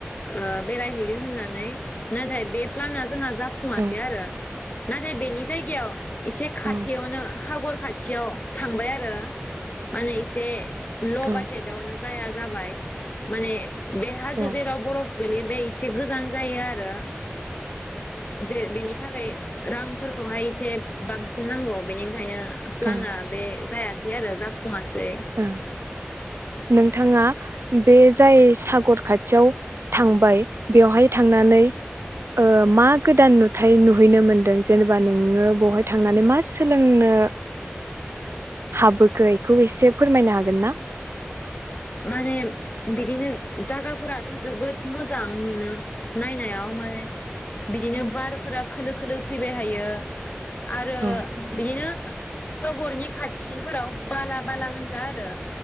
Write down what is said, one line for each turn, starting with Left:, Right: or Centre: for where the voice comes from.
Left: ओ बेरायहैगोन होननानै। नाथाय बे प्लाना जोंहा जाफुंआसै
Right: औ
Left: आरो। नाथाय बेनि जायगायाव एसे खाथियावनो
Right: औ
Left: हागर खा थियाव थांबाय आ रो। माने इसे ल'
Right: औ
Left: बादजेदावनो जाया जाबाय माने बे हाजो
Right: औ
Left: जेराव बरफ गोलैयो बे एसे गोजान जायो आरो। जे बेनि थाखाय रांफोरखौहाय एसे बांसि नांगौ बेनिखायनो प्लाना
Right: ओ
Left: बे जाया सै आरो जा फुङासै।
Right: ओ नोंथाङा बे जाय सागर खाथियाव थांबाय बेवहाय थांनानै ओ मा गोदान नुथाय नुहैनो मोनदों? जेनेबा नोङो बेवहाय थांनानै मा सोलोंनो हाबोखो एखौ एसे फोरमायनो हागोन ना?
Left: माने बिदिनो जायगाफोराथ' जोबोद मोजां मोनो नायनायाव माने बिदिनो बारफोरा खोलो खोलो फैबाय हायो। आरो
Right: औ
Left: बेदिनो हागरनि खाथिफोराव बाला बाला गोजा आरो।